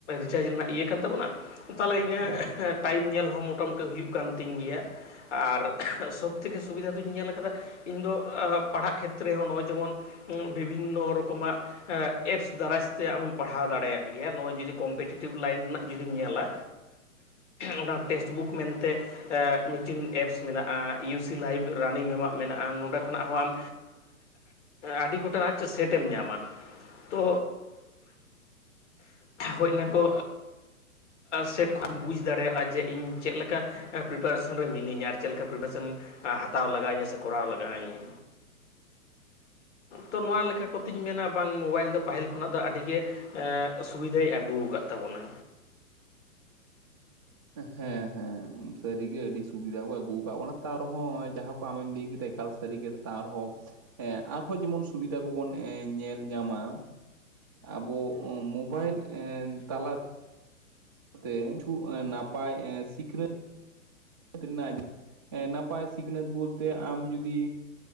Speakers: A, on the left; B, on the right.
A: ᱪᱟᱨᱡᱽ ᱨᱮᱱᱟᱜ ᱤᱭᱟᱹ ᱠᱟᱱ ᱛᱟᱵᱚᱱᱟ ᱛᱟᱦᱚᱞᱮ ᱤᱧᱟᱹᱜ ᱴᱟᱭᱤᱢ ᱧᱮᱞ ᱦᱚᱸ ᱢᱚᱴᱟ ᱢᱩᱴᱤ ᱦᱩᱭᱩᱜ ᱠᱟᱱ ᱛᱤᱧ ᱜᱮᱭᱟ ᱟᱨ ᱥᱚᱵ ᱛᱷᱮᱠᱮ ᱥᱩᱵᱤᱫᱷᱟ ᱫᱩᱧ ᱧᱮᱞ ᱠᱟᱫᱟ ᱤᱧ ᱫᱚ ᱯᱟᱲᱦᱟᱜ ᱠᱷᱮᱛᱨᱮ ᱦᱚᱸ ᱱᱚᱜᱼᱚᱭ ᱡᱮᱢᱚᱱ ᱵᱤᱵᱷᱤᱱ ᱨᱚᱠᱚᱢᱟᱜ ᱮᱯᱥ ᱫᱟᱨᱟᱭ ᱛᱮ ᱟᱢᱮᱢ ᱯᱟᱲᱦᱟᱣ ᱫᱟᱲᱮᱭᱟᱜ ᱜᱮᱭᱟ ᱱᱚᱜᱼᱚᱭ ᱡᱩᱫᱤ ᱠᱚᱢᱯᱤᱴᱤᱴᱤᱵᱷ ᱞᱟᱭᱤᱱ ᱨᱮᱱᱟᱜ ᱡᱩᱫᱤᱢ ᱧᱮᱞᱟ ᱚᱱᱟ ᱴᱮᱠᱥᱴ ᱵᱩᱠ ᱢᱮᱱᱛᱮ ᱢᱤᱫᱴᱤᱱ ᱮᱯᱥ ᱢᱮᱱᱟᱜᱼᱟ ᱤᱭᱩ ᱥᱤ ᱞᱟᱭᱤᱵᱷ ᱨᱟᱱᱤᱝ ᱮᱢᱟᱜ ᱢᱮᱱᱟᱜᱼᱟ ᱱᱚᱸᱰᱮ ᱠᱷᱚᱱᱟᱜ ᱦᱚᱸ ᱟᱢ ᱟᱹᱰᱤ ᱜᱚᱴᱟᱝ ᱟᱜ ᱪᱚᱝ ᱥᱮᱴ ᱮᱢ ᱧᱟᱢᱟ ᱛᱚ ᱦᱚᱭᱱᱟ ᱠᱚ ᱥᱮᱴ ᱠᱷᱚᱱᱟᱜ ᱵᱩᱡᱽ ᱫᱟᱲᱮᱭᱟᱜᱼᱟ ᱡᱮ ᱤᱧ ᱪᱮᱫ ᱞᱮᱠᱟ ᱯᱨᱤᱯᱟᱨᱮᱥᱚᱱ ᱨᱮ ᱢᱤᱱᱟᱹᱧᱟ ᱟᱨ ᱪᱮᱫ ᱞᱮᱠᱟ ᱯᱨᱤᱯᱟᱨᱮᱥᱚᱱ ᱦᱟᱛᱟᱣ ᱞᱟᱜᱟᱣ ᱤᱧᱟᱹ ᱥᱮ ᱠᱚᱨᱟᱣ ᱞᱟᱜᱟᱣ ᱤᱧᱟᱹ
B: <inaudible>
A: ᱛᱚ ᱱᱚᱣᱟ ᱞᱮᱠᱟ ᱠᱚᱛᱮᱧ ᱢᱮᱱᱟ ᱵᱟᱝ ᱢᱳᱵᱟᱭᱤᱞ ᱫᱚ ᱯᱟᱦᱤᱞ ᱠᱷᱚᱱᱟᱜ ᱫᱚ ᱟᱹᱰᱤ ᱜᱮ ᱥᱩᱵᱤᱫᱷᱟᱭ ᱟᱹᱜᱩ ᱟᱠᱟᱫ ᱛᱟᱵᱚᱱᱟ᱾
B: ᱦᱮᱸ ᱦᱮᱸᱥᱟᱹᱨᱤᱜᱮ ᱟᱹᱰᱤ ᱥᱩᱵᱤᱫᱷᱟ ᱠᱚ ᱟᱹᱜᱩ ᱟᱠᱟᱫ ᱵᱚᱱᱟ ᱛᱟᱣ ᱨᱮᱦᱚᱸ ᱡᱟᱦᱟᱸ ᱠᱚ ᱟᱢᱮᱢ ᱞᱟᱹᱭ ᱠᱮᱫᱟ ᱮᱠᱟᱞ ᱥᱟᱨᱤ ᱥᱟᱹᱨᱤ ᱜᱮ ᱛᱟᱣᱨᱮᱦᱚᱸ ᱟᱨ ᱦᱚᱸ ᱟᱨᱦᱚᱸ ᱡᱮᱢᱚᱱ ᱥᱩᱵᱤᱫᱷᱟ ᱠᱚᱵᱚᱱ ᱧᱮᱞ ᱧᱟᱢᱟ ᱟᱵᱚ ᱢᱳᱵᱟᱭᱤᱞ ᱛᱟᱞᱟᱛᱮ ᱛᱮ ᱠᱤᱪᱷᱩ ᱱᱟᱯᱟᱭ ᱥᱤᱠᱷᱚᱱᱟᱹᱛ <unintelligible> ᱛᱤᱱᱟᱜ ᱱᱟᱯᱟᱭ ᱥᱤᱠᱷᱱᱟᱹᱛ ᱵᱚᱞᱛᱮ ᱟᱢ ᱡᱩᱫᱤ